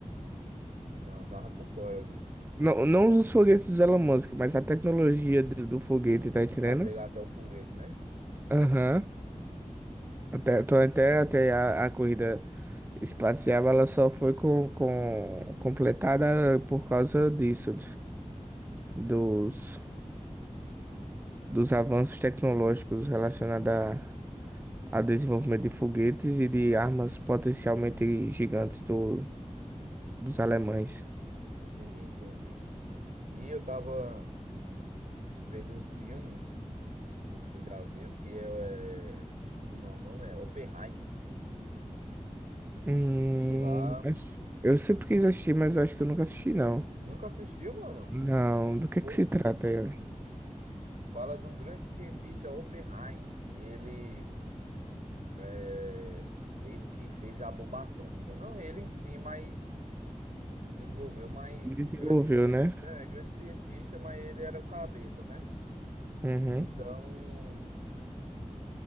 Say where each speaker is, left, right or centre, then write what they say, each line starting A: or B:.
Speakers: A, on the right; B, on the right.
A: Não, eu tava por fora disso.
B: Não, não os foguetes do Elon Musk, mas a tecnologia do, do foguete,
A: Ah,
B: tá entendendo?
A: Pra chegar até o foguete, né?
B: Aham. Até, tô- até, até a, a corrida espacial, ela só foi com, com, completada por causa disso, dos, dos avanços tecnológicos relacionados a, ao desenvolvimento de foguetes e de armas potencialmente gigantes do, dos alemães.
A: Entendi, entendi. E eu tava vendo um filme. Não sei se tu já viu, que é. é- Como é o nome? É Oppenheimer.
B: Hum,
A: E lá.
B: acho- eu sempre quis assistir, mas eu acho que eu nunca assisti, não.
A: Nunca assistiu, mano?
B: Não, do que
A: Pô,
B: que se trata ele?
A: fala do grande cientista Oppenheimer, que ele. É... Ele que fez a bomba atômica. Não ele em si, mas. Que desenvolveu, mas.
B: Desenvolveu,
A: Grande.
B: né?
A: É, grande cientista, mas ele era o cabeça, né?
B: Uhum.
A: Então.